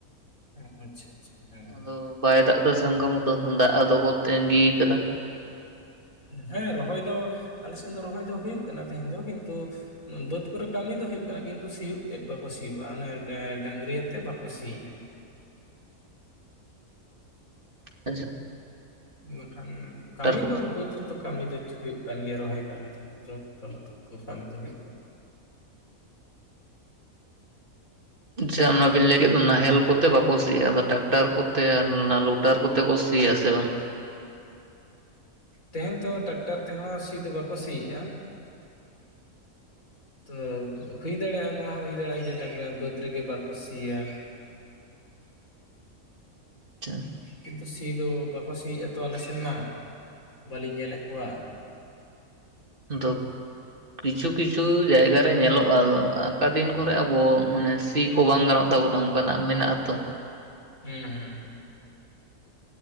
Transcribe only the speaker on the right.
ᱟᱫᱚ ᱵᱟᱭ ᱫᱟᱜ ᱮᱫᱟ ᱥᱮ ᱚᱱᱠᱟ ᱢᱛᱚ ᱦᱚᱸ ᱫᱟᱜ ᱟᱫᱚ ᱠᱚ ᱛᱟᱸᱜᱤ ᱠᱟᱫᱟ
ᱟ <unintelligible>
ᱠᱚᱛᱮ
ᱪ ᱚᱱᱟᱵᱤᱱ ᱞᱟᱹᱭ ᱠᱮᱫ ᱫᱚ ᱱᱟᱦᱮᱞ ᱠᱚᱛᱮ ᱵᱟᱠᱚ ᱥᱤᱭᱟ ᱟᱫᱚ ᱴᱟᱠᱴᱟᱨ ᱠᱚᱛᱮ ᱟᱨ ᱚᱱᱟ ᱞᱳᱴᱟᱨ ᱠᱚᱛᱮ ᱠᱚ ᱥᱤᱭᱟ ᱥᱮ ᱵᱟᱝ
<unintelligible>
ᱫᱚ ᱠᱤᱪᱷᱩ ᱠᱤᱪᱷᱩ ᱡᱟᱭᱜᱟ ᱨᱮ ᱧᱮᱞᱚᱜᱼᱟ ᱚᱠᱟ ᱫᱤᱱ ᱠᱚᱨᱮᱜ ᱟᱵᱚ ᱢᱟᱱᱮ ᱥᱤ ᱠᱚ ᱵᱟᱝ ᱜᱟᱱᱚᱜ ᱛᱟᱵᱚᱱᱟ ᱚᱱᱠᱟᱱᱼᱟᱜ ᱢᱮᱱᱟᱜ ᱟ ᱛᱚ